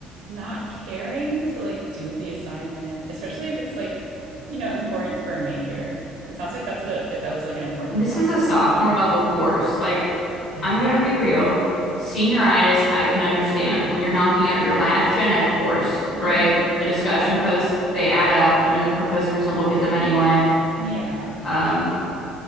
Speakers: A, on the right; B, on the left.
A: not caring to like do the assignment, especially if it's like, you know, important for a major. It sounds like that's a that was like an important
B: And this
A: class
B: is a
A: for
B: sophomore
A: your major.
B: level course. Like,
A: Yeah.
B: I'm gonna be real. Senioritis, I can understand when you're knocking out your last gen ed course,
A: Yeah.
B: right? The discussion
A: Yeah.
B: posts, they add up. You know, the professor doesn't look at them anyway.
A: Yeah.
B: Um,